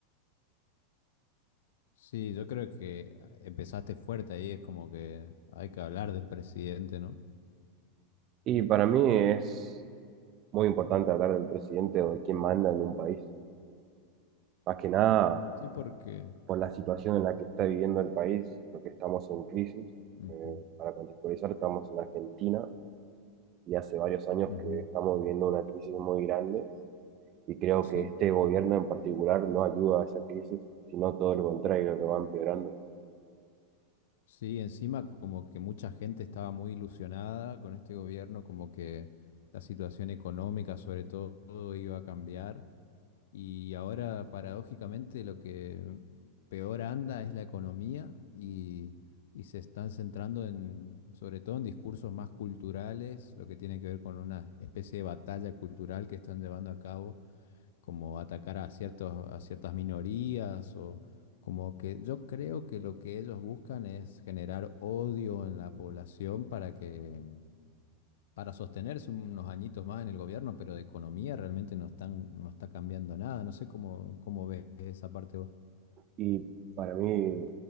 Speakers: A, on the left; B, on the right.
A: sí, yo creo que empezaste fuerte ahí, es como que hay que hablar del presidente, ¿no?
B: Y para mí es muy importante hablar del presidente o de quién manda en un país, más que nada
A: Sí, porque...
B: por la situación en la que está viviendo el país, porque estamos en crisis.
A: ujú,
B: Eh, para contextualizar, estamos en Argentina y hace varios años
A: ujú,
B: que estamos viviendo una crisis muy grande y creo
A: sí,
B: que este gobierno en particular no ayuda a esa crisis, sino todo lo contrario, lo va empeorando.
A: sí, encima como que mucha gente estaba muy ilusionada con este gobierno, como que la situación económica sobre todo iba a cambiar y ahora paradójicamente lo que peor anda es la economía y, y se están centrando en, sobre todo en discursos más culturales, lo que tiene que ver con una especie de batalla cultural que están llevando a cabo como atacar a ciertos, a ciertas minorías o como que yo creo que lo que ellos buscan es generar odio en la población para que para sostenerse unos añitos más en el gobierno, pero de economía realmente no están, no está cambiando nada. No sé cómo, cómo ves esa parte vos.
B: Y para mí